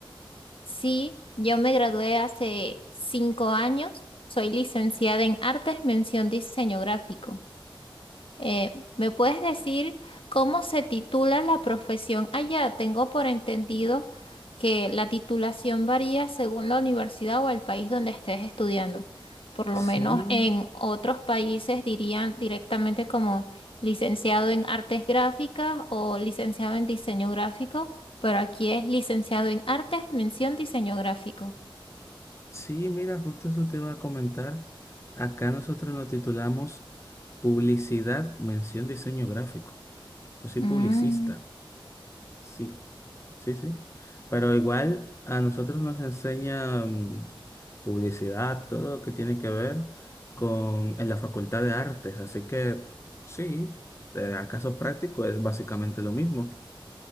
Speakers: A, on the left (about 75°); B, on the left (about 30°).
A: Sí, yo me gradué hace cinco años. Soy licenciada en Artes, mención diseño gráfico. Eh, ¿me puedes decir cómo se titula la profesión allá? Tengo por entendido que la titulación varía según la universidad o el país donde estés estudiando. Por lo
B: Sí,
A: menos en otros países dirían directamente como licenciado en artes gráficas o licenciado en diseño gráfico, pero aquí es licenciado en artes, mención diseño gráfico.
B: sí, mira, justo eso te iba a comentar. Acá nosotros nos titulamos Publicidad, Mención, Diseño Gráfico. Yo soy
A: Mm,
B: publicista. Sí. Sí, sí. Pero igual a nosotros nos enseña mm, publicidad, todo lo que tiene que ver con en la Facultad de Artes. Así que sí, eh, a caso práctico es básicamente lo mismo.